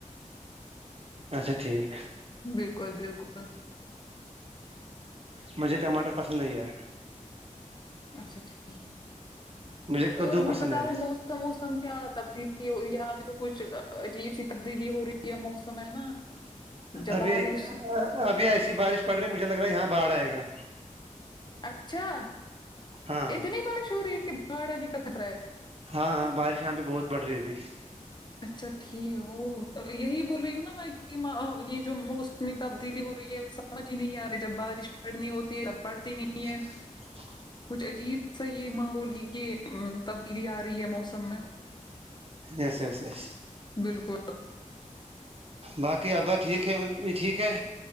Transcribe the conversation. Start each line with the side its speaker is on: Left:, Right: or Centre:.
Right: اچھا ٹھیک
Left: بالکل بالکل
Right: مجھے ٹماٹر پسند نہیں ہے
Left: اچھا ٹھیک ہے
Right: مجھے کدو
Left: اور
Right: پسند
Left: مجھے بتاؤ
Right: ہے
Left: مو موسم موسم کیا تبدیلی ہوئی یہاں پہ تو کچھ عجیب سی تبدیلی ہو رہی ہے موسم میں ہے نا جب
Right: ابھی
Left: بارش
Right: ابھی ایسی بارش پڑ رہی مجھے لگ رہا ہے یہاں باڑھ آئے گا
Left: اچھا
Right: ہاں
Left: اتنی بارش ہو رہی کہ بھاڑ آنے کا خطرہ ہے
Right: ہاں ہاں بارش یہاں پہ بہت پڑ رہی ابھی
Left: اچھا ٹھیک ہے وہ یہی بول رہی ہوں نا میں کہ یہ جو موسٹ اتنی تبدیلی ہو رہی ہے سمجھ ہی نہیں آ رہی جب بارش پڑنی ہوتی ہے تب پڑتی نہیں ہے
Right: ہاں
Left: کچھ عجیب سا یہ ماحول یہ تبدیلی آ رہی ہے موسم میں
Right: یس یس یس
Left: بالکل
Right: باقی ابا ٹھیک ہے امی بھی ٹھیک ہے